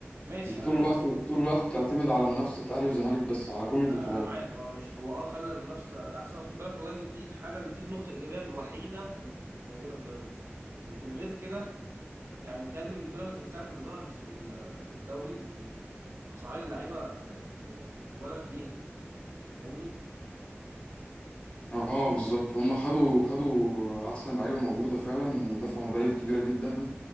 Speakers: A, on the right; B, on the left.
A: ماشي
B: انت طول
A: انا
B: الوقت
A: بص بص
B: طول
A: بص
B: الوقت بتعتمد على منافسه اهلي وزمالك بس على كل البطولات
A: انا انا معاك اه ماشي هو اه خلى المنافسه احسن خد بالك والله دي دي الحاجه دي النقطه الايجابيه الوحيده الموجوده في بيراميدز لكن غير كده يعني بيتهيألي من بيراميدز من ساعة ما ظهرت في ال- في الدوري وأسعار اللعيبة بقت مبالغ فيها أنت فاهمني؟
B: اه بالظبط هما خدوا خدوا احسن لعيبه موجوده فعلا ودفعوا مبالغ كبيره جدا